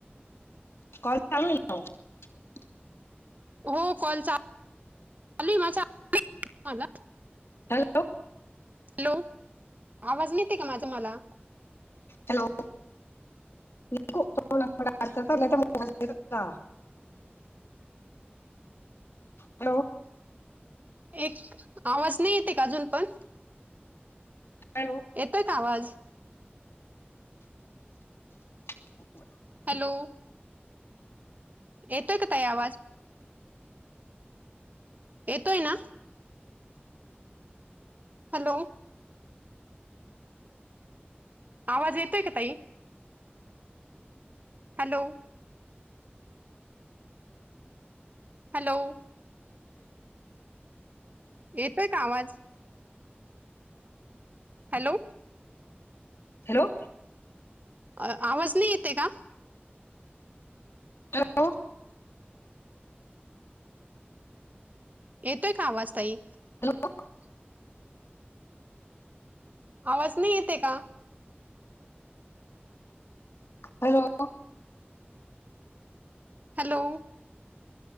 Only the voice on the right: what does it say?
हो कॉल चालू <unintelligible> आहे माझा माझ
हॅलो आवाज नीट <unintelligible> का माझा मला
एक आवाज नाही येतय का अजून पण
येतोय का आवाज
हॅलो. येतोय का ताई आवाज येतोय ना. हॅलो. आवाज येतोय का ताई. हॅलो. हॅलो. येतोय का आवाज, हॅलो
आवाज नाही येतय का?
येतोय का आवाज ताई.
आवाज नाही येतय का
हॅलो.